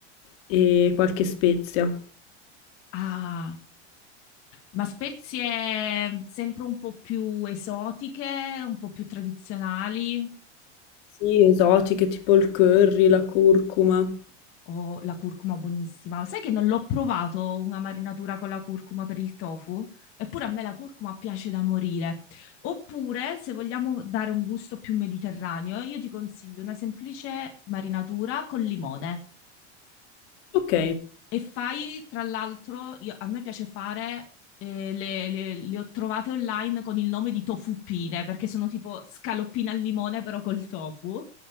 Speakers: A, on the left; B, on the left.
A: e qualche spezia.
B: Ah, ma spezie mhmm, sempre un po' più esotiche, un po' più tradizionali
A: Sì, esotiche tipo il curry, la curcuma.
B: o la curcuma buonissima? Sai che non l'ho provato una marinatura con la curcuma per il tofu? Eppure a me la curcuma piace da morire. Oppure, se vogliamo dare un gusto più mediterraneo, io ti consiglio una semplice marinatura con limone.
A: Ok,
B: E fai, tra l'altro, io- a me piace fare, eh, le, le- le ho trovate online con il nome di tofuppine, perché sono tipo scaloppine al limone, però col tofu.